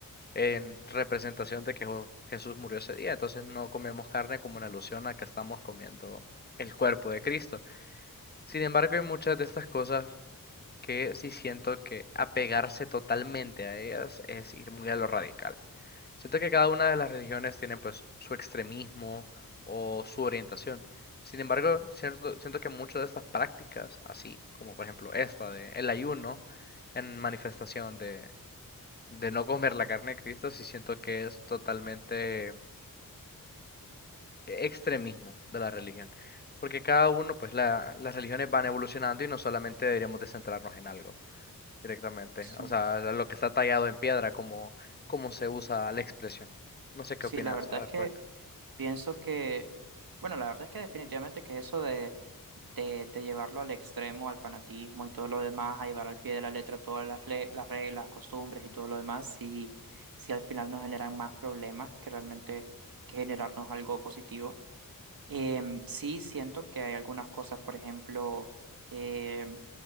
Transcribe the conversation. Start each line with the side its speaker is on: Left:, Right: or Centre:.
Left: en representación de que Jo- Jesús murió ese día. Entonces no comemos carne como en alusión a que estamos comiendo el cuerpo de Cristo. Sin embargo, hay muchas de estas cosas que sí siento que apegarse totalmente a ellas es ir muy a lo radical. Siento que cada una de las religiones tiene pues su extremismo o su orientación. Sin embargo, siento, siento que muchas de estas prácticas, así como por ejemplo esta de el ayuno en manifestación de de no comer la carne de Cristo, sí siento que es totalmente eh, extremismo de la religión. Porque cada uno, pues la- las religiones van evolucionando y no solamente deberíamos de centrarnos en algo directamente.
Right: Sí.
Left: O sea, lo que está tallado en piedra, como, como se usa la expresión. No sé qué
Right: Sí,
Left: opinas
Right: la verdad
Left: al
Right: es
Left: respecto.
Right: que pienso que, bueno, la verdad es que definitivamente que eso de, de, de llevarlo al extremo, al fanatismo y todo lo demás, a llevar al pie de la letra todas las, le- las reglas, costumbres y todo lo demás, sí, sí al final nos generan más problemas que realmente que generarnos algo positivo. Em, sí, siento que hay algunas cosas, por ejemplo, em,